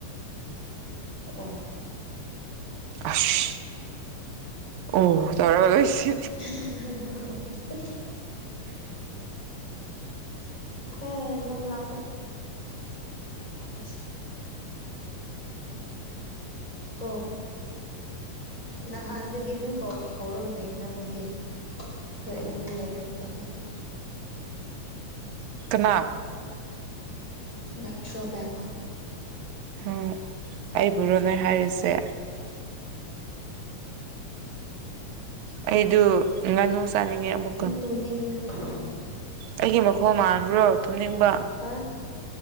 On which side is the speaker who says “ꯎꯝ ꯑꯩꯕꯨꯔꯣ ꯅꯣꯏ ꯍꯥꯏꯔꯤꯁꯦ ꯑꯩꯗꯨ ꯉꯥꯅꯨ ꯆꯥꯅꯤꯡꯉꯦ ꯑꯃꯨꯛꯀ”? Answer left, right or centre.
Right